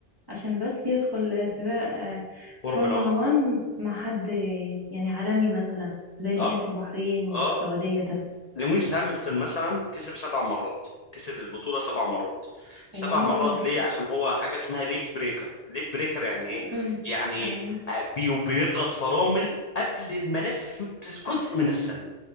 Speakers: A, on the right; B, on the left.
A: عشان بس يدخل سباق آه،
B: فورمولا
A: فورمولا
B: 1
A: 1 مع حد آه، يعني عالمي مثلا زي اللي
B: اه
A: كان في البحرين وفي
B: اه
A: السعوديه ده
B: لويس هامilton مثلا كسب سبع مرات كسب البطولة سبع مرات سبع
A: واو
B: مرات ليه؟ عشان هو حاجة اسمها ليت بريكر ليت بريكر يعني ايه؟
A: امم
B: يعني
A: يعني
B: آه، بي- بيضغط فرامل قبل الملف بجزء من الثانية